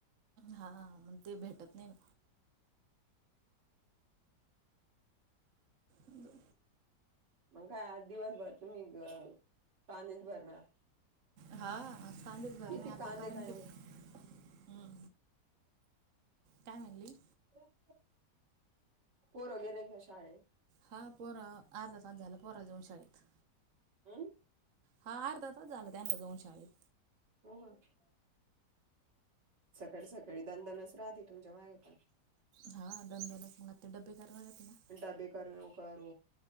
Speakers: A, on the right; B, on the right.
A: हा मग ते भेटत नाही ना उओ.
B: मग काय आज दिवस भर तुम्ही ग कांदेच भरणार
A: हा आज कांदेच भरणं
B: किती
A: ये आता
B: कांदे
A: कारण
B: काय
A: की
B: माहित
A: हम्म काय म्हणली
B: <unintelligible> पोरं गेले का शाळेत?
A: हा पोरा अर्धा तास झालं पोराला जाऊन शाळेत
B: उम्म.
A: हा अर्धा तास झालं त्यानला जाऊन शाळेत
B: हो का? सकाळी सकाळी दनदनच राहती तुमच्या मागे पण
A: हा दनदनच पुन्हा ते डब्बे करा लागते ना
B: डबे कररमेव कर